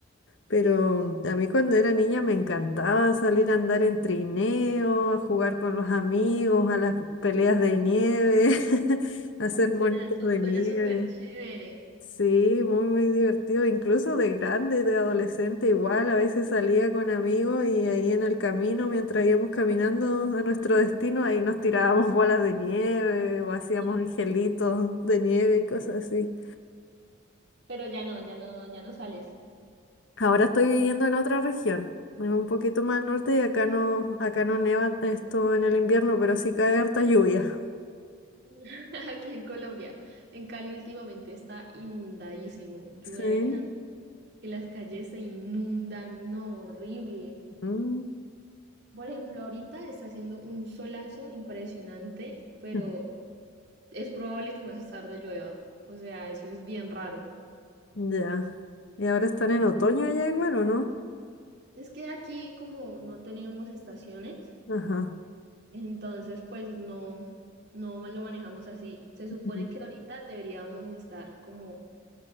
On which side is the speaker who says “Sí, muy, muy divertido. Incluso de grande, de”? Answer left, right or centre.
Left